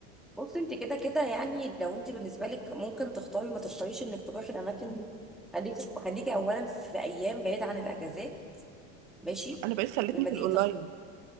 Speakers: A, in the centre; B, on the right (about 65°).
A: بصي انت كده كده يعني لو انت بالنسبة لك ممكن تختاري ما تختاريش انك تروحي الاماكن خليكي خليكي اولا في ايام بعيدة عن الاجازات ماشي
B: انا بقيت خلتني
A: لما
B: في
A: تيجي
B: الاونلاين